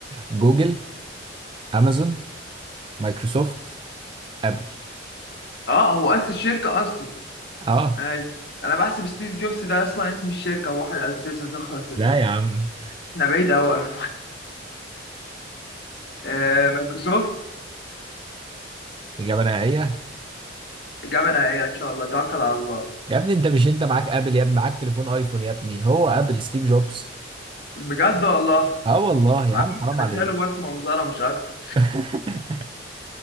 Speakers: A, on the right (about 25°); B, on the left (about 55°).
A: جوجل أمازون مايكروسوفت أبل
B: اه هو أسس الشركة أصلا
A: أه
B: ماشي أنا بحسب ستيف جوبز ده أصلا اسم الشركة هو واحد أسسها شخص أسسها
A: لا يا عم
B: احنا بعيد أوي آه، مايكروسوفت
A: <laughs> إجابة نهائية
B: إجابة نهائية إن شاء الله توكل على الله
A: يا ابني انت مش انت معاك ابل يا ابني معاك تليفون ايفون يا ابني هو ابل ستيف جوبز
B: بجد والله
A: اه والله يا
B: عارف
A: عم حرام
B: انا
A: عليك
B: شايله بس منظره مش اكتر
A: <laughs>